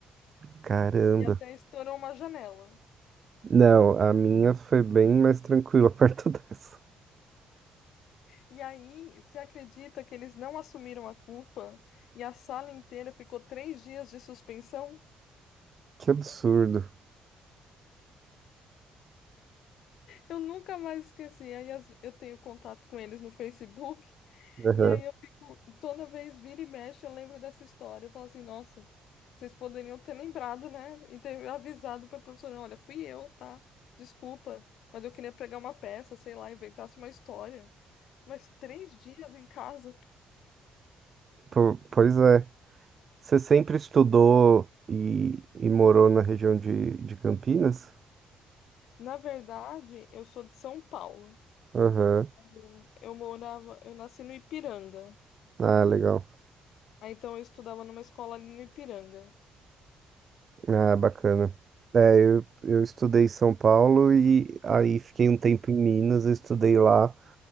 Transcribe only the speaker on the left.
e até estourou uma janela.
E aí, você acredita que eles não assumiram a culpa e a sala inteira ficou três dias de suspensão?
Eu nunca mais esqueci. Aí as- eu tenho contato com eles no Facebook.
E aí eu fico, toda vez vira e mexe, eu lembro dessa história. Eu falo assim, nossa, vocês poderiam ter lembrado, né? E ter avisado para professora, olha, fui eu, tá? Desculpa, mas eu queria pregar uma peça, sei lá, inventasse uma história. Mas três dias em casa.
Na verdade, eu sou de São Paulo.
Eu eu morava, eu nasci no Ipiranga.
Aí, então eu estudava numa escola ali no Ipiranga.